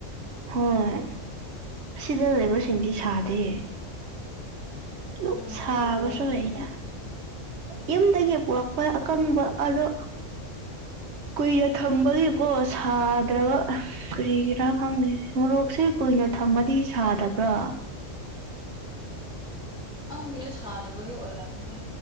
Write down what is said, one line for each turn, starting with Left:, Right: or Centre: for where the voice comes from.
Right: ꯍꯣꯏ ꯁꯤꯗ ꯂꯩꯕꯁꯤꯡꯗꯤ ꯁꯥꯗꯦ ꯂꯨꯛ
Centre: ꯅꯪ
Right: ꯁꯥꯥꯕꯁꯨ
Centre: ꯑꯁꯤꯗ ꯂꯩꯔꯤꯔꯣ
Right: ꯂꯩꯗ ꯌꯨꯝꯗꯒꯤ ꯄꯨꯔꯛꯄ ꯑꯀꯪꯕ ꯑꯗꯣ ꯀꯨꯏꯅ ꯊꯝꯕꯒꯤꯀꯣ ꯁꯥꯗ꯭ꯔꯕ ꯀꯨꯔꯤꯒꯤꯔꯥ ꯈꯪꯗꯦ ꯃꯣꯔꯣꯛꯁꯦ ꯀꯨꯏꯅ ꯊꯃꯗꯤ ꯁꯥꯗꯕ꯭ꯔꯥ
Centre: ꯈꯪꯗꯦꯍꯦ ꯁꯥꯗꯕꯒꯤ ꯑꯣꯏꯔꯝꯅꯤꯍꯦ